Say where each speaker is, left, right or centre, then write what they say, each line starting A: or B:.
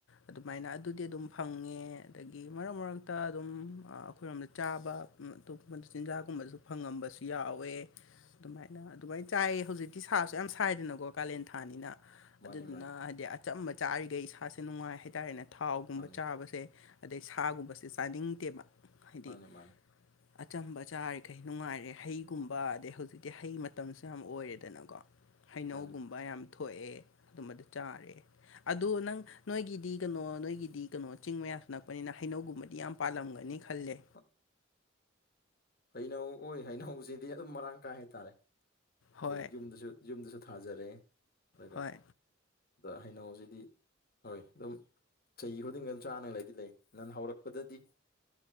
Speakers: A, on the left; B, on the left.
A: ꯑꯗꯨꯃꯥꯏꯅ ꯑꯗꯨꯗꯤ ꯑꯗꯨꯝ ꯐꯪꯉꯦ ꯑꯗꯒꯤ ꯃꯔꯛ ꯃꯔꯛꯇ ꯑꯗꯨꯝ ꯑꯩꯈꯣꯏꯔꯣꯝꯗ ꯆꯥꯕ ꯑꯇꯣꯞꯄꯗ ꯆꯤꯟꯖꯥꯛꯒꯨꯝꯕꯁꯨ ꯐꯪꯉꯝꯕꯁꯨ ꯌꯥꯎꯋꯦ ꯑꯗꯨꯃꯥꯏꯅ ꯑꯗꯨꯃꯥꯏꯅ ꯆꯥꯏ ꯍꯧꯖꯤꯛꯇꯤ ꯁꯥꯁꯨ ꯌꯥꯝ ꯁꯥꯏꯗꯅꯀꯣ ꯀꯥꯂꯦꯟ ꯊꯥꯅꯤꯅ ꯑꯗꯨꯗꯨꯅ
B: ꯃꯥꯅꯤ ꯃꯥꯅꯤ
A: ꯍꯥꯏꯗꯤ ꯑꯆꯝꯕ ꯆꯥꯔꯤꯈꯩ ꯏꯁꯥꯁꯦ ꯅꯨꯡꯉꯥꯏ ꯍꯥꯏꯇꯥꯔꯦꯅꯦ ꯊꯥꯎꯒꯨꯝꯕ
B: ꯃꯥꯅꯤ
A: ꯆꯥꯕꯁꯦ ꯑꯗꯩ ꯁꯥꯒꯨꯝꯕꯁꯦ ꯆꯥꯅꯤꯡꯗꯦꯕ ꯍꯥꯏꯗꯤ
B: ꯃꯥꯅꯤ ꯃꯥꯅꯤ
A: ꯑꯆꯝꯕ ꯆꯥꯔꯤꯈꯩ ꯅꯨꯡꯉꯥꯏꯔꯦ ꯍꯩꯒꯨꯝꯕ ꯑꯗꯩ ꯍꯧꯖꯤꯛꯇꯤ ꯍꯩ ꯃꯇꯝꯁꯨ ꯌꯥꯝ ꯑꯣꯏꯔꯦꯗꯅꯀꯣ ꯍꯩꯅꯧꯒꯨꯝꯕ
B: ꯃꯥꯅꯤ
A: ꯌꯥꯝ ꯊꯣꯛꯑꯦ ꯑꯗꯨꯝꯕꯗ ꯆꯥꯏ ꯑꯗꯨ ꯅꯪ ꯅꯣꯏꯒꯤꯗꯤ ꯀꯩꯅꯣ ꯅꯣꯏꯒꯤꯗꯤ ꯀꯩꯅꯣ ꯆꯤꯡ ꯃꯌꯥ ꯅꯛꯄꯅꯤꯅ ꯍꯩꯅꯧꯒꯨꯝꯕꯗꯤ ꯌꯥꯝ ꯄꯥꯜꯂꯝꯒꯅꯤ ꯈꯜꯂꯦ
B: ꯑꯛ ꯍꯩꯅꯧ ꯍꯣꯏ ꯍꯩꯅꯧꯁꯤꯗꯤ ꯑꯗꯨꯝ ꯃꯔꯥꯡ ꯀꯥꯏ ꯍꯥꯏꯇꯥꯔꯦ ꯑꯩꯈꯣꯏ
A: ꯍꯣꯏ
B: ꯌꯨꯝꯗꯁꯨ ꯌꯨꯝꯗꯁꯨ ꯊꯥꯖꯔꯛꯑꯦ ꯑꯗꯨꯒ
A: ꯍꯣꯏ
B: ꯑꯗ ꯍꯩꯅꯧꯁꯤꯗꯤ ꯍꯣꯏ ꯑꯗꯨꯝ ꯆꯍꯤ ꯈꯨꯗꯤꯡꯒ ꯆꯥꯅꯤꯡ ꯂꯩꯗꯤ ꯂꯩ ꯅꯪ ꯍꯧꯔꯛꯄꯗꯗꯤ